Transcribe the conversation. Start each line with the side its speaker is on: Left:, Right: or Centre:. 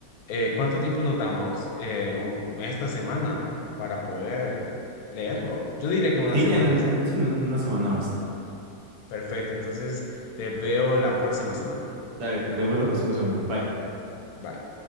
Left: eh, cuánto tiempo nos damos eh, un- esta semana para poder leerlo? Yo diré que una
Right: Sí,
Left: semana
Right: en, en-
Left: está
Right: en-
Left: bien.
Right: sí, en una semana basta.
Left: Perfecto, entonces te veo la próxima semana.
Right: Dale, nos vemos la próxima semana. Bye.
Left: Bye.